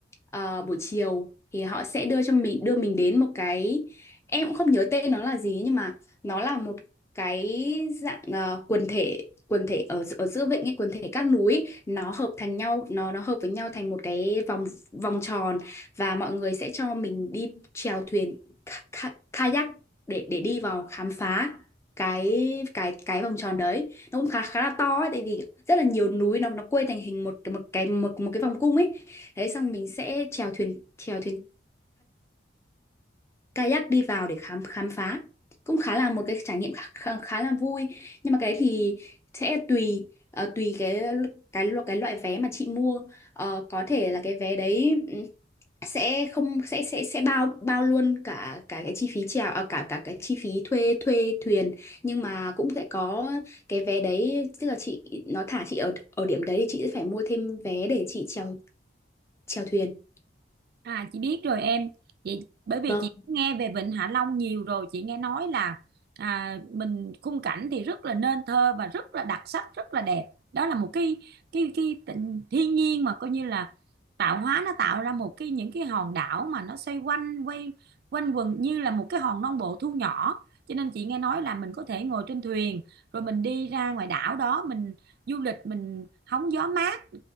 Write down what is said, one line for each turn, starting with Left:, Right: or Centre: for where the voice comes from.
Left: ờ, buổi chiều thì họ sẽ đưa cho mình đưa mình đến một cái em cũng không nhớ tên nó là gì nhưng mà nó là một cái dạng ờ, quần thể quần thể ở ở giữa vịnh ấy, quần thể các núi ấy, nó hợp thành nhau nó nó hợp với nhau thành một cái vòng vòng tròn và mọi người sẽ cho mình đi chèo thuyền kayak để để đi vào khám phá cái cái cái vòng tròn đấy nó cũng khá khá là to ấy, tại vì rất là nhiều núi nó nó quây thành hình một một cái một một cái vòng cung ấy thế xong mình sẽ chèo thuyền chèo thuyền kayak đi vào để khám khám phá cũng khá là một cái trải nghiệm khá, khá, khá là vui nhưng mà cái đấy thì sẽ tùy ờ, tùy cái cái lo- cái loại vé mà chị mua Ờ, có thể là cái vé đấy ừ, sẽ không sẽ sẽ sẽ bao bao luôn cả cả cái chi phí chèo à, cả cả cái chi phí thuê thuê thuyền nhưng mà cũng sẽ có cái vé đấy tức là chị nó thả chị ở ở điểm đấy thì chị sẽ phải mua thêm vé để chị chèo chèo thuyền
Right: À chị biết rồi em chị bởi vì
Left: Vâng.
Right: chị nghe về Vịnh Hạ Long nhiều rồi chị nghe nói là à, mình khung cảnh thì rất là nên thơ và rất là đặc sắc rất là đẹp đó là một cái cái cái tịnh- thiên nhiên mà coi như là tạo hóa nó tạo ra một cái những cái hòn đảo mà nó xoay quanh quay quanh quần như là một cái hòn non bộ thu nhỏ cho nên chị nghe nói là mình có thể ngồi trên thuyền rồi mình đi ra ngoài đảo đó mình du lịch mình hóng gió mát